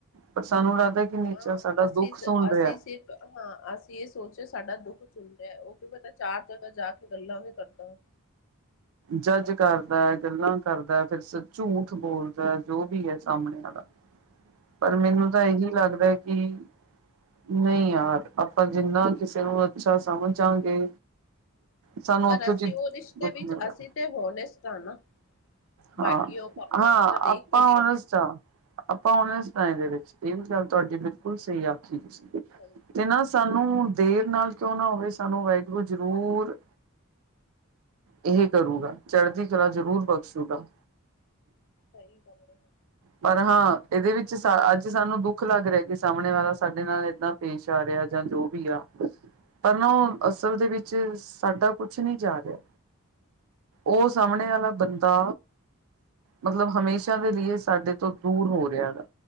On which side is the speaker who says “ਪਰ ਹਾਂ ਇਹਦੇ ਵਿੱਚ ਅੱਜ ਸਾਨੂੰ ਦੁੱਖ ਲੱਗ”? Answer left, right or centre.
Right